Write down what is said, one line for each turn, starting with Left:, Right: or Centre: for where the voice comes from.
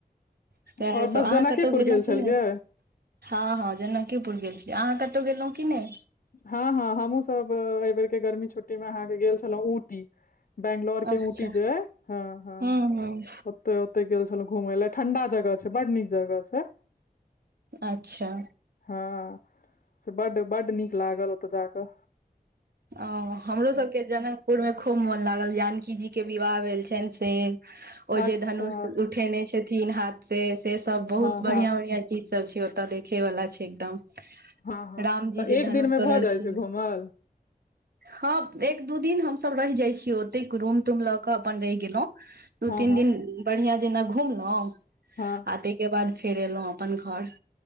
Right: सएहसभ
Left: और बस
Right: अहाँ
Left: जनकेपुर
Right: कतहु गेलउ
Left: गेल छलियै
Right: कि ने हँ हँ जनकेपुर गेल छी अहाँ कतउ गेलउ की नै
Left: हँ हँ हमहूँसभ एहि बेेरके गर्मी छुट्टीमे अहाँके गेल छलउ ऊंटी बंगलोर के
Right: अच्छा
Left: ऊटी जे अय हँ हँ
Right: हूँ हूँ
Left: ओ ते ओते गेल छलउ घूमेय ले ठंडा जगह छै बड नीक जगह छै
Right: अच्छा
Left: हँ से बड्ड बड्ड नीक लागल ओतय जा कऽ
Right: आउ हमरो सबके जन पुर मे खूब मोन लागल जानकी जी के विवाह भेल छनि से ओ
Left: अच्छा
Right: जे धनुष उठेने छथिन हाथ से से सब बहुत
Left: हँ हँ
Right: बढ़िया बढ़िया चीज सब छै ओतऽ देखे वला छै एकदम
Left: हँ हँ
Right: राम
Left: तऽ
Right: जी जे
Left: एक
Right: धनुष
Left: दिन मे
Right: तोड़लखिन
Left: भऽ जाइ छै घूमल
Right: हँ एक दू दिन हमसभ रहि जाइ छीयै ओते रूम तूम लऽ कऽ अपन रहि गेलउ दू
Left: हँ
Right: तीन
Left: हँ
Right: दिन बढ़िआं जेना घुमलउ
Left: हँ
Right: आ तइके बाद फेर एलउ अपन घर